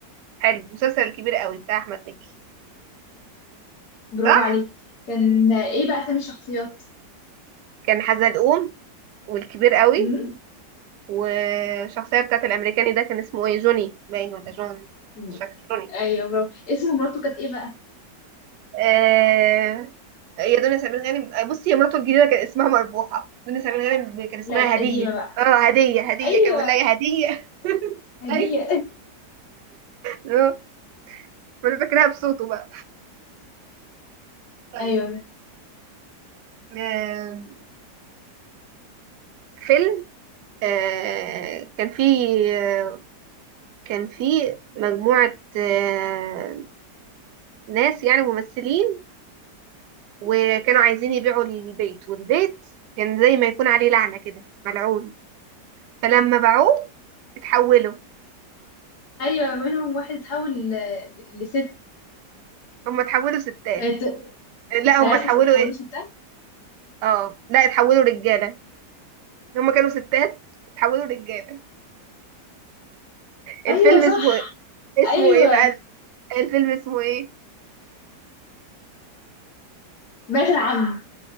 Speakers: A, on the right; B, on the left.
A: حلو مسلسل الكبير قوي بتاع احمد مكي
B: برافو
A: صح
B: عليك كان ايه بقى اسامي الشخصيات
A: كان حزلقوم والكبير قوي
B: امم
A: والشخصيه بتاعت الامريكاني ده كان اسمه ايه جوني باين ولا جون
B: امم
A: مش فاكر جوني
B: ايوه برافو اسم مراته كانت ايه بقى
A: آه، هي دنيا سمير غانم آه، بصي هي مراته الجديده كان اسمها مربوحه دنيا سمير غانم كان اسمها
B: لا القديمه
A: هديه
B: بقى
A: اه هديه هديه
B: ايوه
A: كان بيقول لها يا هديه <laughs>
B: هديه
A: ايوه آه، وانا فاكرها بصوته بقى طيب
B: <laughs> ايوه
A: آه، فيلم آه، كان فيه آه، كان فيه مجموعة آه، ناس يعني ممثلين وكانوا عايزين يبيعوا البيت والبيت كان زي ما يكون عليه لعنة كده ملعون فلما باعوه اتحولوا
B: ايوه منهم واحد اتحول ل- لست
A: هم اتحولوا ستات
B: كانت
A: لا
B: الثلاثه
A: هم اتحولوا
B: اتحولوا
A: ايه
B: ستات
A: اه لا اتحولوا رجاله هم كانوا ستات اتحولوا رجاله الفيلم
B: ايوه صح
A: اسمه ايه اسمه
B: ايوه
A: ايه بقى الفيلم اسمه ايه
B: بنات العم